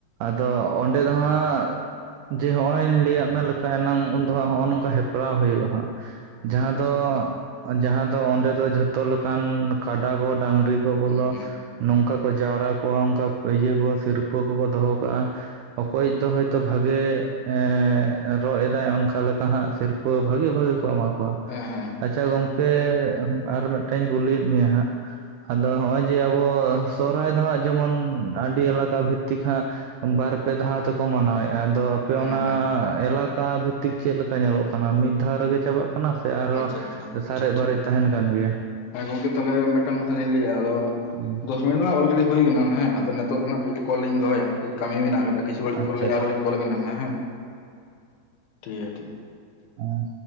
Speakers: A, on the right; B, on the left.
A: ᱟᱫᱚ ᱚᱸᱰᱮ ᱫᱚ ᱦᱟᱸᱜ ᱡᱮ ᱦᱚᱜ-ᱚᱭ ᱞᱟᱹᱭᱟᱭᱟᱜ ᱢᱮ ᱞᱮᱠᱷᱟᱱ ᱮᱱᱟᱝ ᱩᱱᱫᱚ ᱦᱟᱸᱜ ᱱᱚᱜ-ᱚ ᱱᱚᱝᱠᱟ ᱦᱮᱯᱨᱟᱣ ᱦᱳᱭᱩᱜ-ᱟ᱾ ᱦᱟᱸᱜ ᱡᱟᱦᱟᱸ
B: ᱟᱪᱪᱷᱟ
A: ᱫᱚ ᱡᱟᱦᱟᱸ ᱫᱚ ᱚᱸᱰᱮ ᱫᱚ ᱡᱷᱚᱛᱚ ᱞᱮᱠᱟᱱ ᱠᱟᱰᱟ ᱠᱚ ᱰᱟᱹᱝᱨᱤ ᱫᱚ ᱵᱚᱞᱚ
B: ᱦᱩᱸ ᱦᱩᱸ
A: ᱱᱚᱝᱠᱟ ᱠᱚ ᱡᱟᱣᱨᱟ ᱠᱚᱣᱟ ᱚᱱᱠᱟ ᱤᱭᱟᱹ ᱠᱚ ᱥᱤᱨᱯᱟᱹ ᱠᱚᱠᱚ ᱫᱚᱦᱚ ᱠᱟᱜ-ᱟ᱾ ᱚᱠᱚᱭᱤᱡ ᱫᱚ ᱦᱳᱭᱛᱚ ᱵᱷᱟᱜᱮ ᱮᱸ ᱨᱚᱜ ᱮᱫᱟᱭ ᱚᱱ ᱠᱟ ᱞᱮᱠᱟ ᱦᱟᱸᱜ ᱥᱤᱨᱯᱟᱹ ᱵᱷᱟᱜᱤ ᱵᱷᱟᱜᱤ ᱠᱚ ᱮᱢᱟ ᱠᱚᱣᱟ᱾
B: ᱦᱮᱸ ᱦᱮᱸ᱾
A: ᱟᱪᱪᱷᱟ ᱜᱚᱢᱠᱮ ᱟᱨ ᱢᱤᱫᱴᱟᱝ ᱤᱧ ᱠᱩᱞᱤᱭᱮᱫ ᱢᱮᱭᱟ ᱦᱟᱸᱜ, ᱟᱫᱚ ᱦᱚᱸᱜ-ᱚᱭ ᱡᱮ ᱟᱵᱚ ᱥᱚᱨᱦᱟᱭ ᱫᱚ ᱦᱟᱸᱜ ᱡᱮᱢᱚᱱ ᱟᱹᱰᱤ ᱟᱞᱟᱫᱟ ᱵᱷᱤᱛᱛᱤᱠ ᱦᱟᱸᱜ ᱵᱟᱨ ᱯᱮ ᱫᱷᱟᱣ ᱛᱮᱠᱚ ᱢᱟᱱᱟᱣᱮᱜᱼᱟ ᱟᱫᱚ ᱟᱯᱮ
B: ᱦᱮᱸ
A: ᱚᱱᱟ
B: ᱦᱮᱸ
A: ᱮᱞᱟᱠᱟ ᱵᱷᱤᱛᱤᱠ ᱪᱮᱫ ᱞᱮᱠᱟ ᱧᱮᱞᱚᱜ ᱠᱟᱱᱟ ᱢᱤᱫ ᱫᱷᱟᱣ ᱨᱮᱜᱮ ᱪᱟᱵᱟᱜ ᱠᱟᱱᱟ ᱥᱮ ᱟᱨᱦᱚᱸ
B: ᱟᱪᱪᱷᱟ ᱟᱪᱪᱷᱟ
A: ᱥᱟᱨᱮᱡ
B: ᱴᱷᱤᱠ ᱴᱷᱤᱠ
A: ᱵᱟᱨᱮᱡ ᱛᱟᱦᱮᱸᱱ ᱠᱟᱱ ᱜᱮᱭᱟ?
B: ᱦᱮᱸ ᱜᱚᱝᱠᱮ ᱛᱟᱦᱚᱞᱮ ᱢᱤᱫᱴᱟᱝ ᱠᱟᱛᱷᱟᱧ ᱞᱟᱹᱭᱟ ᱟᱫᱚ
A: ᱦᱩᱸ᱾
B: ᱫᱚᱥ ᱢᱤᱱᱤᱴ ᱢᱟ ᱚᱞᱨᱮᱰᱤ ᱦᱩᱭ ᱠᱟᱱᱟ ᱦᱮᱸ ᱟᱫᱚ ᱱᱤᱛᱚᱜ ᱫᱚ ᱱᱟᱦᱟᱸᱜ ᱠᱟᱹᱡ ᱠᱚᱞ ᱞᱤᱧ ᱫᱚᱦᱚᱭᱟ ᱠᱟᱹᱡ ᱠᱟᱹᱢᱤ ᱢᱮᱱᱟᱜ ᱠᱟᱫᱟ᱾ ᱠᱤᱪᱷᱩ ᱜᱷᱟᱹᱲᱤᱡ
A: ᱟᱪᱪᱷᱟ
B: ᱯᱚᱨ ᱞᱤᱧ
A: ᱟᱪᱪᱷᱟ
B: ᱟᱨᱦᱚᱸ ᱞᱤᱧ ᱠᱚᱞ ᱟᱵᱮᱱᱟ ᱦᱮᱸ ᱴᱷᱤᱠ ᱜᱮᱭᱟ ᱴᱷᱤᱠ ᱜᱮᱭᱟ᱾
A: ᱟᱸ᱾